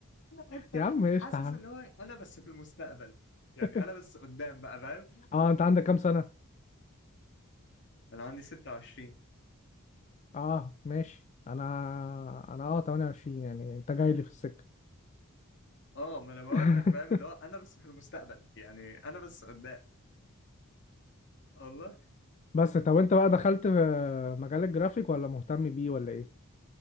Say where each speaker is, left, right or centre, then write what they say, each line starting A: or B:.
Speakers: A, on the left; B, on the left.
A: انت
B: يا عم
A: حاسس
B: قشطة يا عم.
A: اللي هو انا بس في المستقبل يعني
B: <laughs>
A: انا بس قدام بقى فاهم
B: اه انت عندك كام سنة؟
A: انا عندي 26
B: اه ماشي انا انا اه 28 يعني انت جاي لي في السكة
A: اه ما انا بقول
B: <laughs>
A: لك فاهم اللي هو انا بس في المستقبل يعني انا بس قدام والله
B: بس طب انت بقى دخلت في مجال الجرافيك ولا مهتم بيه ولا ايه؟